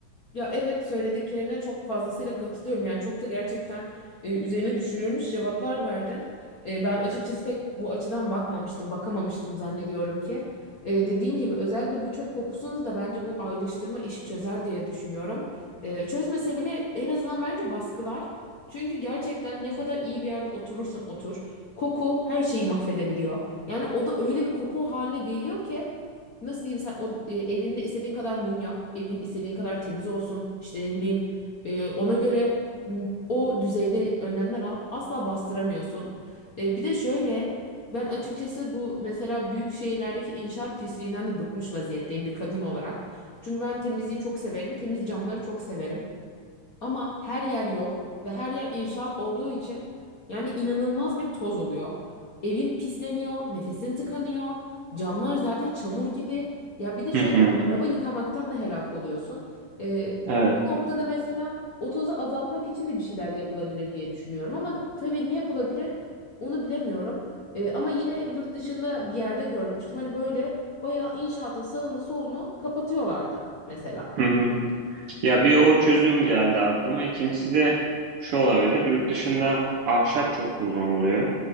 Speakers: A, on the left; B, on the right.
A: Ya evet söylediklerine çok fazlasıyla katılıyorum. Yani çok da gerçekten e, üzerine düşünülmüş cevaplar verdin. E, ben açıkçası pek bu açıdan bakmamıştım, bakamamıştım zannediyorum ki. E, dediğin gibi özellikle bu çöp kokusunu da bence bu ayrıştırma işi çözer diye düşünüyorum. E, çözmese bile en azından bence baskılar. Çünkü gerçekten ne kadar iyi bir yerde oturursan otur, koku her şeyi mahvedebiliyor. Yani o da öyle bir koku haline geliyor ki nasıl diyeyim sen o e, evinde istediğin kadar mum yak, evin istediğin kadar temiz olsun. işte ne bileyim e, ona göre m- o düzeyde önlemler al. Asla bastıramıyorsun. E, bir de şöyle ben açıkçası bu mesela büyük şehirlerdeki inşaat pisliğinden de bıkmış vaziyetteyim bir kadın olarak. Çünkü ben temizliği çok severim. Temiz camları çok severim. Ama her yer yol ve her yer inşaat olduğu için yani inanılmaz bir toz oluyor. Evin pisleniyor, nefesin tıkanıyor, camlar zaten çamur gibi. Ya bir de şöyle
B: Hı hı.
A: araba yıkamaktan da helak oluyorsun. Ee,
B: Evet.
A: bu noktada mesela o tozu azaltmak için de bir şeyler yapılabilir diye düşünüyorum. Ama tabii ne yapılabilir onu bilemiyorum. Ee, ama yine yurt dışında bir yerde görmüştüm. Hani böyle bayağı inşaatın sağını solunu kapatıyorlardı mesela.
B: Hı hı. Ya bir o çözüm geldi aklıma. İkincisi de şu olabilir. Yurt dışında ahşap çok kullanılıyor.